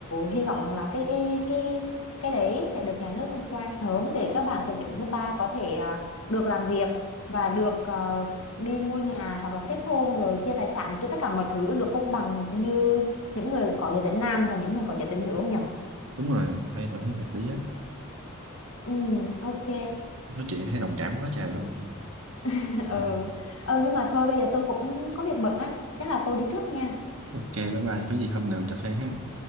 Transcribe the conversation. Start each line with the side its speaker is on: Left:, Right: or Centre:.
Left: hy vọng rằng là cái cái cái cái đấy sẽ được nhà nước thông qua sớm để các bạn thuộc địa tỉnh thứ ba có thể à, được làm việc và được ờ, đi mua nhà hoặc là kết hôn rồi chia tài sản này kia tất cả mọi thứ được công bằng như những người có giới tính nam và những người có giới tính nữ không nhỉ?
Right: đúng rồi đây tôi thấy hợp lý á
Left: Ừ, ok.
Right: nói chuyện thấy đồng cảm quá trời luôn
Left: <laughs> ừ
Right: Ừ.
Left: ừ nhưng mà thôi bây giờ tôi cũng có việc bận á chắc là tôi đi trước nha
Right: ok bye bye có gì hôm nào cà phê ha